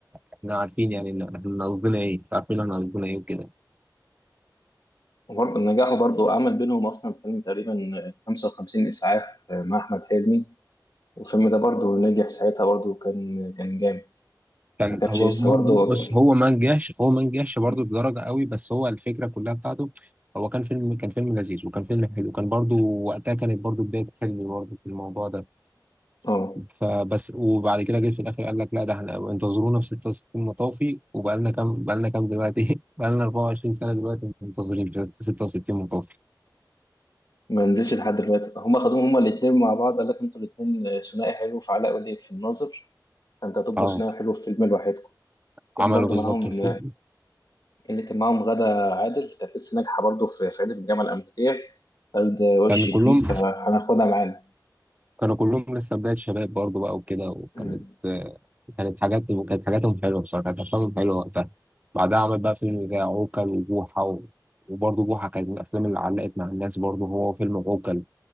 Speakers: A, on the right; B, on the left.
A: احنا عارفين يعني إن احنا قصدنا ايه عارفين احنا قصدنا ايه وكده
B: وبرضه نجاحه برضه عمل بينهم اصلا فيلم تقريبا 55 اسعاف مع احمد حلمي والفيلم ده برضه نجح ساعتها برضه كان كان جامد
A: كان
B: ما كانش
A: هو
B: لسه
A: م-
B: برضه
A: بص هو ما نجحش هو ما نجحش برضه
B: مم.
A: بدرجه قوي بس هو الفكره كلها بتاعته هو كان فيلم كان فيلم لذيذ وكان فيلم حلو كان برضه وقتها كانت برضه بدايه حلمي برضه في الموضوع ده
B: اه
A: فبس وبعد كده جه في الاخر قال لك لا ده احنا انتظرونا في 66 مطافي وبقالنا كام بقالنا كام دلوقتي <laughs> بقالنا 24 سنه دلوقتي منتظرين في 66 مطافي
B: ما نزلش لحد دلوقتي هما خدوهم هما الاثنين مع بعض قال لك انتوا الاثنين ثنائي حلو في علاء ولي في الناظر فانت هتبقوا
A: اه
B: ثنائي حلو في فيلم لوحدكم كان
A: عملوا
B: برضو
A: بالظبط
B: معاهم
A: الفيلم.
B: اللي كان معاهم غادة عادل كانت لسه ناجحه برضو في صعيدي في الجامعه الامريكيه قال ده وش
A: كان كلهم
B: جديد فهناخدها معانا
A: كانوا كلهم لسه بداية شباب برضه بقى وكده وكانت
B: مم.
A: آه، كانت حاجاتهم كانت حاجاتهم حلوة بصراحة كانت أفلامهم حلوة وقتها بعدها عمل بقى فيلم زي عوكل وبوحة و... وبرضه بوحة كانت من الأفلام اللي علقت مع الناس برضه هو فيلم عوكل